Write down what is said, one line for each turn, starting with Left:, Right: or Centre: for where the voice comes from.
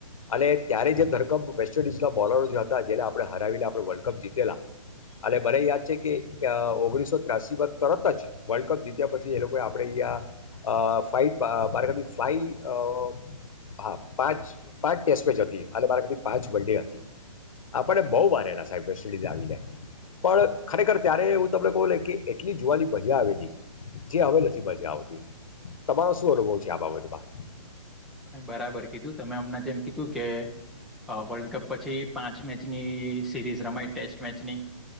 Left: અને ત્યારે જે ધરકપ વેસ્ટ ઇન્ડિઝના બોલરો જે હતા જેને આપણે હરાવીને આપણે વર્લ્ડ કપ જીતેલા અને મને યાદ છે કે ઓગણીસો ત્ર્યાસીમા તરત જ વર્લ્ડ કપ જીત્યા પછી એ લોકોએ આપણે અહીંયા અ ફાઇ અ મારા ખયાલથી ફાઇ અ હા પાંચ પાંચ ટેસ્ટ મેચ હતી અને મારાતી પાંચ વન ડે હતી આપણને બહુ મારેલા સાહેબ વેસ્ટ ઇન્ડિઝ આવી જાય પણ ખરેખર ત્યારે એવું તમને કહું ને કે એટલી જુવાની મજા આવી જે હવે નથી મજા આવતી તમારો શું અનુભવ છે આ બાબતમાં
Centre: બરાબર કીધું તમે હમણાં જે એમ કીધું કે અ વર્લ્ડ કપ પછી પાંચ મેચની સિરીઝ રમાય ટેસ્ટ મેચની